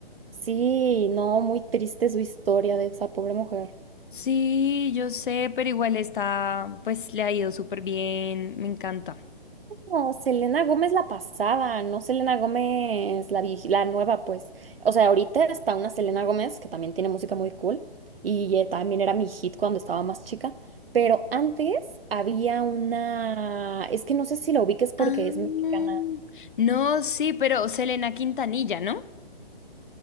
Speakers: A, on the right; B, on the left.
A: Sí, no, muy triste su historia de esa pobre mujer.
B: Sí, yo sé, pero igual está, pues le ha ido súper bien, me encanta.
A: No, Selena Gómez la pasada, no Selena Gómez la vieji- la nueva, pues. O sea, ahorita está una Selena Gómez que también tiene música muy cool y eh, también era mi hit cuando estaba más chica, pero antes había una, es que no sé si la ubiques porque
B: Ah,
A: es mexicana.
B: no, sí, pero Selena Quintanilla, ¿no?